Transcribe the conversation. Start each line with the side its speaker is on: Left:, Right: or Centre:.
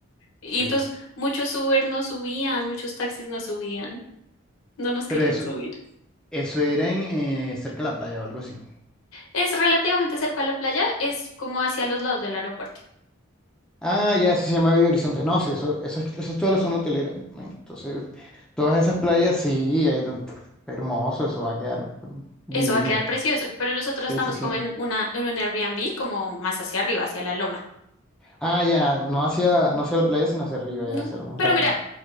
Left: Y
Centre: sí.
Left: entonces muchos Uber no subían, muchos taxis no subían, no nos
Centre: Pero
Left: querían
Centre: eso,
Left: subir.
Centre: eso era en, eh, cerca de la playa o algo así.
Left: Es relativamente cerca a la playa, es como hacia los lados del aeropuerto.
Centre: Ah, ya, eso se llama Belo Horizonte. No, sí, eso, eso, es, eso es toda la zona hotelera. ¿no? Entonces, todas esas playas, sí, ahí es donde- hermoso, eso va a quedar divino.
Left: Eso va a quedar precioso, pero nosotros estamos
Centre: Sí, sí, sí.
Left: como en una, en un Airbnb, como más hacia arriba, hacia la loma.
Centre: Ah, ya, no hacia, no hacia la playa, sino hacia arriba,
Left: No,
Centre: ya, hacia la montaña.
Left: pero mira,